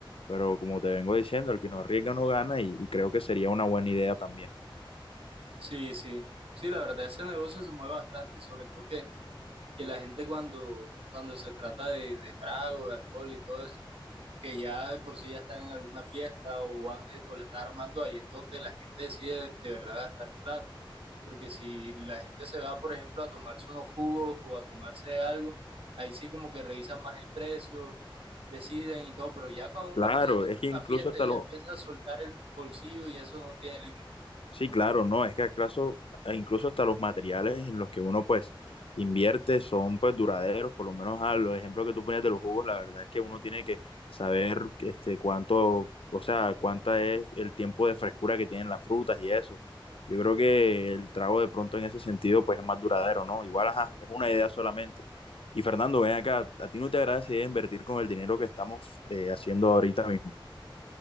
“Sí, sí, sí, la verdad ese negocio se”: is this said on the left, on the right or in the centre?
Right